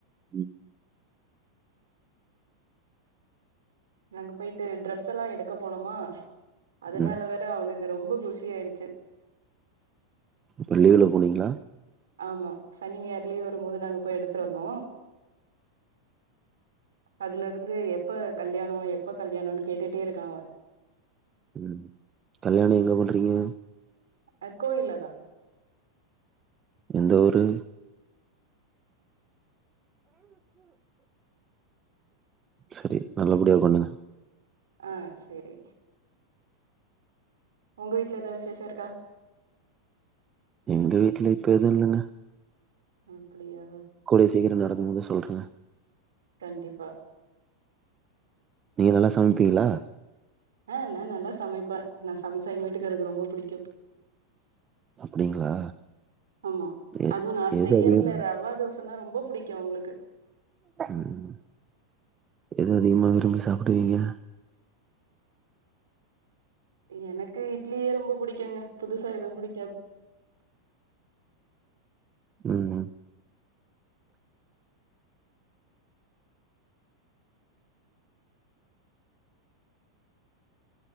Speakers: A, on the right (about 25°); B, on the right (about 65°).
A: ம்
B: நாங்க போயிட்டு ட்ரெஸ் எல்லா எடுக்க போனமா அதனால
A: ம்
B: வேற அவனுக்கு ரொம்ப குஷி ஆயிடுச்சு
A: இப்ப லீவ்ல போனீங்ளா
B: ஆமா சனி ஞாயிறு லீவு வரும்போது நாங்க போய் எடுத்துருந்தோ அதுலருந்து எப்ப கல்யாணோ எப்ப கல்யாணோன் கேட்டுட்டே இருக்கா அவ
A: ம் கல்யாணோ எங்க பண்றீங்க
B: அ கோயில்ல தா
A: எந்த ஊரு செரி நல்லபடியா பண்ணுங்க
B: ஆ செரி உங்க வீட்ல எதா விஷேச இருக்கா
A: எங்க வீட்ல இப்ப எது இல்லங்க
B: அப்டியா
A: கூடிய சீக்கிரோ நடக்கும் போது சொல்றே
B: கண்டிப்பா
A: நீங்க நல்லா சம்ப்பீங்ளா
B: ஆ நா நல்லா சமைப்பே நா சமச்ச எங்க வீட்டுக்காருக்கு ரொம்ப புடிக்கு
A: அப்டிங்களா
B: ஆமா
A: எ
B: அது நா
A: எது
B: செய்யற்துல
A: அதிகம்
B: ரவதோஸ் சொன்னா ரொம்ப புடிக்கு அவ்ங்ளுக்கு
A: ம் ஏது அதிகமா விரும்பி சாப்டுவிங்க
B: எனக்கு இட்லியே ரொம்ப புடிக்குங்க புதுசா எதும் புடிக்காது
A: ம் ம்